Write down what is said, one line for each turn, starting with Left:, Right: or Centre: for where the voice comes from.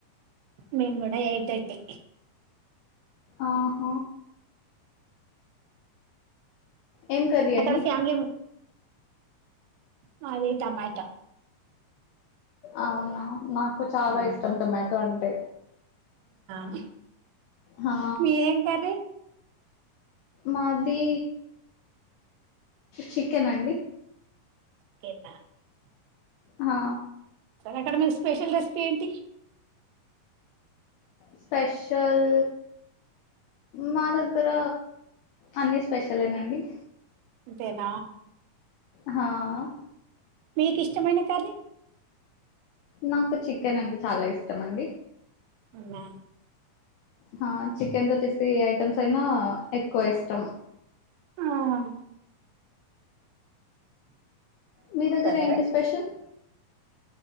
Right: మేం ఇడా ఎయిట్ థర్టీ
Left: ఆహ ఏం కర్రీ
Right: అక్కడ
Left: అండి
Right: ఫ్యామిలీ మాది టమెటా
Left: అవున నాకు చాలా
Right: ఉమ్
Left: ఇష్టం టమాటో అంటే
Right: అ
Left: హా
Right: మీరేం కర్రీ
Left: మాదీ చికెన్ ఆ అండి
Right: కపా <unintelligible>
Left: ఆ
Right: అక్కడ మీకు స్పెషల్ రెసిపీ ఏంటి
Left: స్పెషల్ మాదమ్ ఇక్కర అన్ని స్పెషలెనండి
Right: ఇంతెన
Left: హా ఆ
Right: మీకు ఇష్టమైన కర్రీ
Left: నాకు చికెన్ అంటే చాలా ఇష్టం అండి.
Right: అవున
Left: హా చికెన్ తో చేస్తే ఏ ఐటమ్స్ చికెన్ ను ఎక్కువ ఇష్టం
Right: ఆ <unintelligible>
Left: మీ దగ్గర
Right: సరే
Left: ఏంటి స్పెషల్